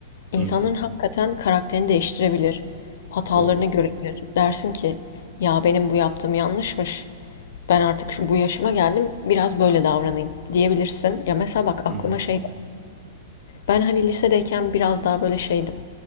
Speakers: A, on the left; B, on the right.
A: insanların
B: Hı hı,
A: hakikaten karakterini değiştirebilir. Hatalarını
B: doğru.
A: görebilir. Dersin ki, "Ya, benim bu yaptığım yanlışmış. Ben artık şu bu yaşıma geldim, biraz böyle davranayım." diyebilirsin. Ya, mesela bak
B: Hı
A: aklıma
B: hı.
A: şey ben, hani, lisedeyken biraz daha böyle şeydim,